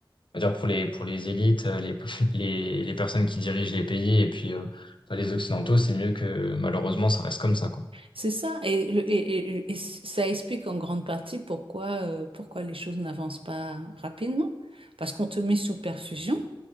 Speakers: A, on the left; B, on the right.
A: on va dire, pour les, pour les élites, euh, les, <laughs> les, les personnes qui dirigent les pays, et puis euh, pour les Occidentaux, c'est mieux que malheureusement, ça reste comme ça, quoi.
B: C'est ça, et, le- et- et- et ça explique en grande partie pourquoi, euh, pourquoi les choses n'avancent pas rapidement. Parce qu'on te met sous perfusion